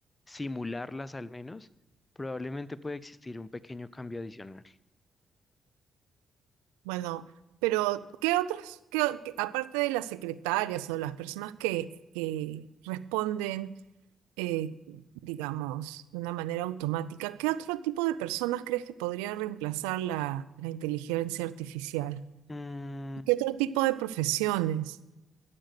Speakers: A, on the left (about 25°); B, on the right (about 80°).
A: simularlas al menos, probablemente puede existir un pequeño cambio adicional.
B: Bueno, pero ¿qué otras, qué o- qué- aparte de las secretarias o las personas que, que responden, eh, digamos, de una manera automática, ¿qué otro tipo de personas crees que podría reemplazar la, la inteligencia artificial?
A: Mm,
B: ¿Qué otro tipo de profesiones?